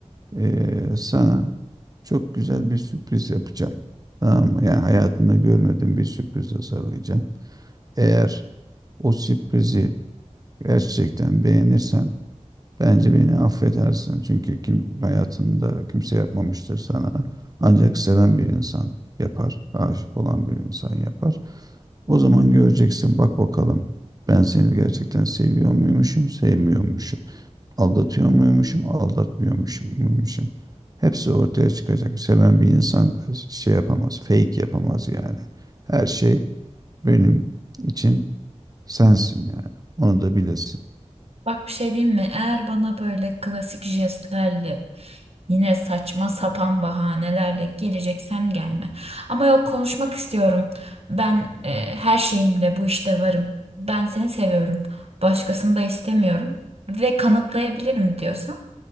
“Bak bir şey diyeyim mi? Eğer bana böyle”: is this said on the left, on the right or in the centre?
Right